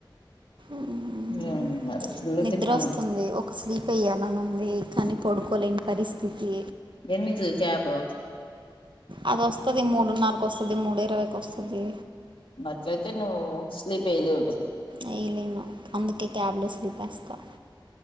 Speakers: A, on the right (about 65°); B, on the left (about 85°).
A: మ్మ్.
B: ఏ మరి ఫుల్
A: నిద్ర
B: తిన్నా
A: వస్తుంది ఒక స్లీప్ వయ్యాలని ఉంది కానీ పడుకోలేని పరిస్థితి
B: ఎన్నించులు చాపు
A: అది వస్తది మూడున్నరకు వస్తది మూడు ఇరవైకి వస్తది
B: అట్ అయితే నువ్ స్లీప్ వెయలేవులే
A: వేలేను అందుకే క్యాబ్లో స్లీపేస్తాను